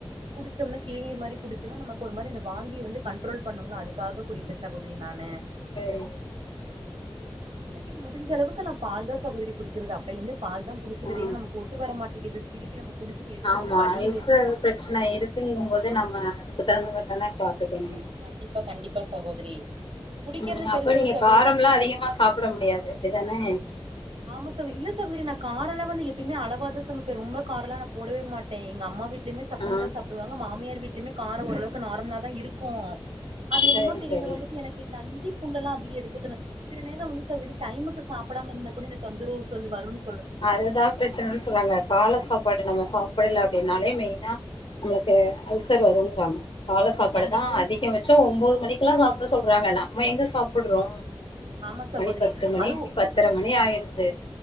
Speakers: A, on the right; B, on the left.
A: குடிச்சோம்னா தேனீர் மாரி குடிச்சம்னா நமக்கு ஒரு மாரி இந்த வாந்திய வந்து கண்ட்ரோல் பண்ணுங்களா அதுக்காக குடிப்பே சகோதரி நானு
B: சேரி
A: இல்லாட்டி முடிஞ்ச அளவுக்கு நா பால் தா சகோதரி குடிக்கறது அப்பைலேந்தே பால் தா குடிச்சுக்கற
B: ஆ
A: ஏன்னா நமக்கு ஒத்து வர மாட்டிக்குது திருப்பி நம்ம குடிச்சது எதுக்கு
B: ஆமா
A: நம்ம குடிச்சிட்டு வலியு
B: அல்சர்
A: வேதனையு நம்
B: பிரச்சன இருக்குங்கு போது நம்ம அதுக்கு தகுந்த மார் தான பாத்துக்கணு
A: கண்டிப்பா கண்டிப்பா சகோதரி குடிக்கிறது
B: ம் அப்ப
A: பெருசுல்ல
B: நீங்க
A: சகோதரி
B: காரம்லா அதிகமா சாப்பட முடியாது அப்டிதானே
A: ஆமா <unintelligible> இல்ல சகோதரி நா காரோல்லா வந்து எப்பயுமே அளவா தா சமைப்ப ரொம்ப கரோலா நா போடவே மாட்டே எங்க அம்மா வீட்டுலயுமே சப்புனு
B: ஆ
A: தா சாப்டுவாங்க மாமியார் வீட்டிலியுமே காரோ ஓரளவுக்கு நார்மலா தா இருக்கு அது என்னமோ
B: சரி
A: தெரில
B: சரி
A: வந்துட்டு எனக் இந்த அஞ்சி பூண்டல்லா அதிக எடுத்துக்கண சில நேரோ வந்து சகோதரி டைமுக்கு சாப்படாமா இருந்தா கூட இந்த தொந்தரவு சொல்லு வருன்
B: அதுதா பிரச்சனன்னு சொல்லுங்க கால சாப்பாடு நம்ம சாப்படல அப்படின்னாலே மெயினா நம்மளுக்கு அல்சர் வருங்குறாங்க கால சாப்பாடுதா
A: கண்டிப் என்ன
B: அதிக பச்சோ ஒம்போது மணிக்குலா சாப்பட சொல்றாங்க நம்ம எங்க சாப்படுறோ
A: ஆமா சகோதரி
B: மணி பத்து மணிக்கு
A: அது
B: பத்தர மணி ஆயிடுது